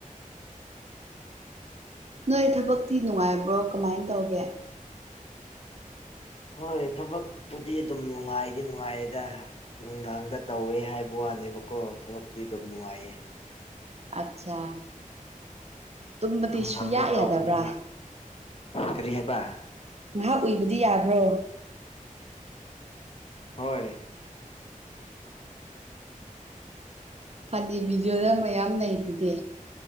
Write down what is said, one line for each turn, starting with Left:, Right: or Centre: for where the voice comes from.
Right: ꯅꯣꯏ ꯊꯕꯛꯇꯤ ꯅꯨꯡꯉꯥꯏꯕ꯭ꯔꯣ ꯀꯃꯥꯏ ꯇꯧꯒꯦ
Left: ꯍꯣꯏ ꯊꯕꯛꯄꯨꯗꯤ ꯑꯗꯨꯝ ꯅꯨꯡꯉꯥꯏꯗꯤ ꯅꯨꯡꯉꯥꯏꯌꯦꯗ ꯅꯨꯡꯗꯥꯡꯗ ꯇꯧꯋꯦ ꯍꯥꯏꯕ ꯋꯥꯅꯦꯕꯀꯣ ꯊꯕꯛꯇꯤ ꯑꯗꯨꯝ ꯅꯨꯡꯉꯥꯏꯌꯦ
Right: ꯑꯠꯆꯥ ꯇꯨꯝꯕꯗꯤ
Left: ꯅꯨꯡꯗꯥꯡꯗ
Right: ꯁꯨꯡꯌꯥ
Left: ꯇꯧꯕꯅꯤꯅ
Right: ꯌꯥꯗꯕ꯭ꯔꯥ
Left: ꯀꯔꯤ ꯍꯥꯏꯕ
Right: ꯉꯥꯏꯍꯥꯛ ꯎꯏꯕꯗꯤ ꯌꯥꯕ꯭ꯔꯣ
Left: ꯍꯣꯏ
Right: ꯐꯅꯤ ꯚꯤꯗꯤꯌꯣꯗ ꯃꯌꯥꯝ ꯂꯩꯗꯨꯗꯤ